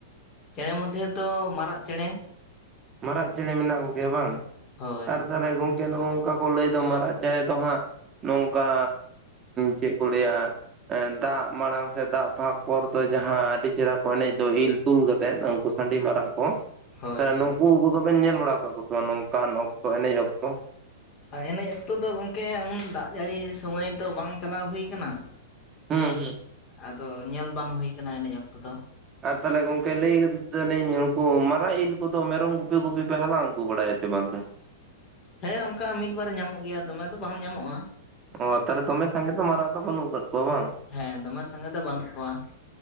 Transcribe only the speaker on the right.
ᱢᱟᱨᱟᱜ ᱪᱮᱬᱮ ᱢᱮᱱᱟᱜ ᱠᱚᱜᱮᱭᱟ ᱵᱟᱝ,
ᱟᱨ ᱛᱟᱦᱞᱮ ᱜᱚᱝ ᱠᱮ ᱱᱚᱜ-ᱚ ᱱᱚᱝᱠᱟ ᱠᱚ ᱞᱟᱹᱭ ᱫᱚ ᱢᱟᱨᱟᱜ ᱪᱮᱬᱮ ᱫᱚ ᱦᱟᱸᱜ ᱱᱚᱝᱠᱟ ᱪᱮᱫ ᱠᱚ ᱞᱟᱹᱭᱟᱻ ᱫᱟᱜ ᱢᱟᱲᱟᱝ ᱥᱮ ᱫᱟᱜ ᱯᱷᱟᱠ ᱯᱚᱨ ᱫᱚ ᱡᱟᱦᱟᱸᱻ ᱟᱹᱰᱤ ᱪᱮᱦᱨᱟ ᱠᱚ ᱮᱱᱮᱡ ᱫᱚ ᱤᱞ ᱛᱩᱞ ᱠᱟᱛᱮᱮᱫ ᱩᱱᱠᱩ ᱥᱟᱺᱰᱤ ᱢᱟᱨᱟᱜ ᱠᱚᱻ
ᱱᱩᱠᱩ ᱠᱚᱫᱚ ᱵᱮᱱ ᱧᱮᱞ ᱵᱟᱲᱟ ᱠᱟᱜ ᱠᱚ ᱥᱮ ᱵᱟᱝ ᱱᱚᱝᱠᱟᱱ ᱚᱠᱛᱚ ᱮᱱᱮᱡ ᱚᱠᱛᱚ
ᱦᱩᱸ ᱦᱩᱸ
ᱟᱨ ᱛᱟᱦᱚᱞᱮ ᱜᱚᱝᱠᱮ ᱞᱟᱹᱭ ᱮᱫᱟ ᱞᱤᱧ ᱩᱱᱠᱩ ᱢᱟᱨᱟᱜ ᱤᱞ ᱠᱚᱫᱚ ᱢᱮᱨᱚᱢ ᱜᱩᱯᱤ ᱜᱩᱯᱤ ᱯᱮ ᱦᱟᱞᱟᱝ ᱟᱹᱜᱩ ᱵᱟᱲᱟᱭᱟ ᱥᱮ ᱵᱟᱝ ᱛᱟᱦᱚᱞᱮ
ᱚ ᱛᱟᱦᱚᱞᱮ ᱫᱚᱢᱮ ᱥᱟᱸᱜᱮ ᱫᱚ ᱢᱟᱨᱟᱝ ᱫᱚ ᱵᱟᱹᱱᱩᱜ ᱠᱟᱜ ᱠᱚᱣᱟ ᱵᱟᱝ